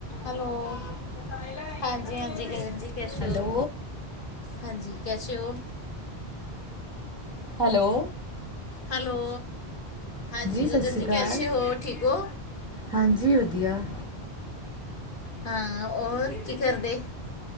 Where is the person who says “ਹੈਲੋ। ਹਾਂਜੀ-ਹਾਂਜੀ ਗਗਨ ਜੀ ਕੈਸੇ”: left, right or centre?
Left